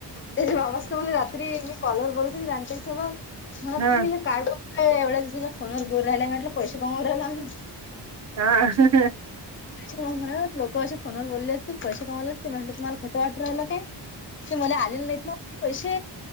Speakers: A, on the left; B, on the right.
A: ते बा मला रात्री मी कॉलवर बोलत हो राणी ताई सोबत म्हणत
B: हां,
A: तुम्ही हे काय अ एवढ्या दिवसाच्या फोनवर बोलू राहिलाय म्हटलं पैसे कमवू राहिलो अंम्ही.
B: हा ह.
A: म्हणात लोकं असे फोनवर बोलले असतील पैसे कमावले असतील म्हटलं तुम्हाला खोटं वाट राहिलं काय ते मला आलेलं नाहीत ना पैसे.